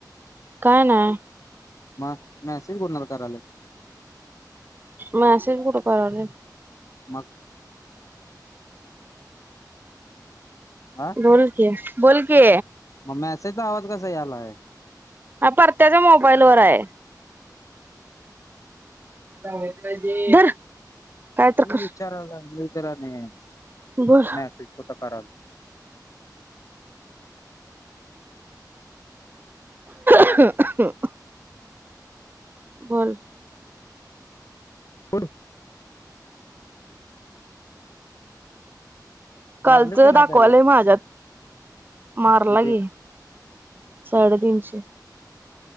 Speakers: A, on the right; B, on the left.
A: काय नाय.
B: मग मॅसेज कोणाला करायल्यात?
A: मॅसेज कुठं करायले.
B: मग? हा
A: बोल के, बोल की.
B: मग मेसेज आवाज कसा आलाय?
A: हा परत्याच्या मोबाईलवर आहे. <inaudible> धर. काय तर
B: नय
A: कर
B: विचारला <unintelligible>
A: बोल
B: मॅसेज कुठं कराल.
A: <inaudible> बोल?
B: हलो.
A: कालचं
B: मारलीस का नाही
A: दाखवायले
B: बॅलन्स
A: माझ्यात मारला
B: किती
A: की. साडे-तीनशे